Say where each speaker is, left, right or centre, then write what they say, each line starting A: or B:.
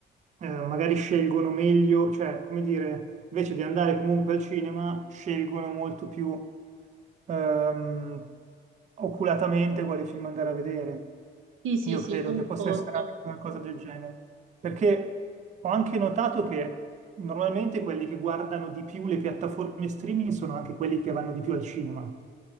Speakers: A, on the right; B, on the right.
A: eh, magari scelgono meglio, cioè come dire, invece di andare comunque al cinema, scelgono molto più ehm, oculatamente quale film andare a vedere.
B: Sì, sì,
A: Io
B: sì,
A: credo
B: concordo.
A: che possa essere anche una cosa del genere, perché ho anche notato che normalmente quelli che guardano di più le piattaforme streaming sono anche quelli che vanno di più al cinema.